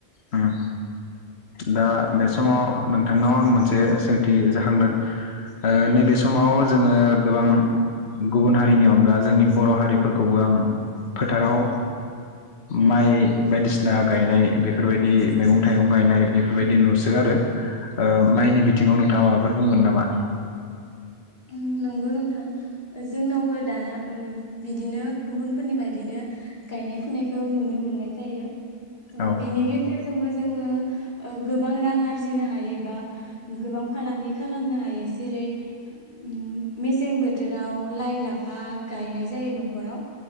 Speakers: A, on the left; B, on the left.
A: उम दा बे समाव नोंथांनाव आं मोनसे सोंथि जाखांदों ओ नैबे समाव जोंङो गोबां गुबुन हारिनि अनगा जोंनि बर हारिफोरखौबो आं फोथाराव माइ बायदिसिना गायनाय बे बेफोरबायदि मैगं थाइगं गायनाय बेफोरबायदि नुसोगारो ओ माइनि बिथिंङाव नोंथांङा माबाफोर बुंगोन नामा
B: उम नंगौ नोंथां जोंनावबो दाना ओ बिदिनो गुबुनफोरनि बायदिनो गायनाय फुनायखौ नुनो मोननाय जायो। ओ
A: औ
B: बेनि गेजेर जोंबो जोंङो गोबां रां आरजिनो हायो बा गोबां फालांगि खालामनो हायो जेरै उम मेसें बोथोराव लाइ लाफा गायनाय जायो नखराव